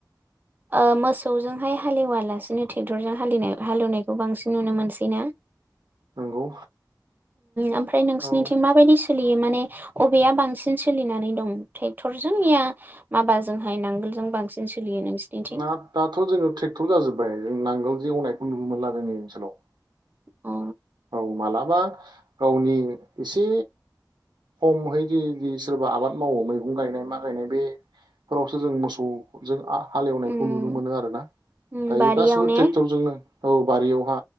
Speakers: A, on the right; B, on the right.
A: ओ मोसौजोंहाय हालेवा लासिनो ट्रेक्टरजों हालिनाय हालेवनायखौ बांसिन नुनो मोनसैना?
B: नंगौ
A: ओमफ्राय नोंसिनिथिं
B: औ
A: माबायदि सो लियो माने बबेया बांसिन सोलिनानै। ट्रेक्टरजों या माबाजोंहाय नांगोलजों बांसिन। सोलियो नोंसिनिथिं
B: ना दाथ‌ जोंनाव ट्रेक्टर जाजोबबाय जों नांगोल जों एवनायखौ नुनो मोनला जोंनि ओनसोलाव।
A: अ।
B: औ मालाबा गावनि एसे <unintelligible> सोरबा आबाद मावो मैगं गायनाय मा गायनाय बेफोरावसो जों मोसौजों आ हालेवनायखौ
A: उम
B: नुनो मोनो आरो ना
A: उम
B: दायो
A: बारियाव
B: गासिबो
A: ने
B: ट्रेक्टरजोंनो औ बारियावहा